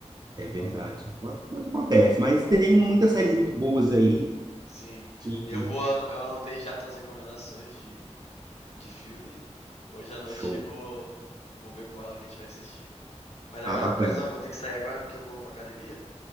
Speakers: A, on the right; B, on the left.
A: É verdade.
B: Foda.
A: Mas Acontece, mas tem
B: É,
A: muitas séries muito boas aí
B: sim.
A: que
B: Eu vou. Eu anotei já tuas recomendações de, de filme. Hoje à noite
A: show.
B: vou, vou ver com ela que a gente vai assistir. Mas agora,
A: Ah, bacana.
B: Pezão, vou ter que sair agora porque eu vou pra academia.